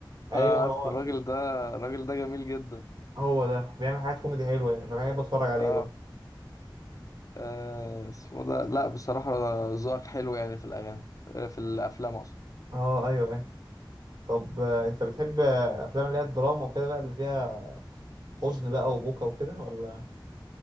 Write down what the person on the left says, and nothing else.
آه
عارف الراجل ده الراجل ده جميل جدا
اه,
آه اسمه ده لا بصراحة ذوقك حلو يعني في الأغاني آه في الأفلام أقصد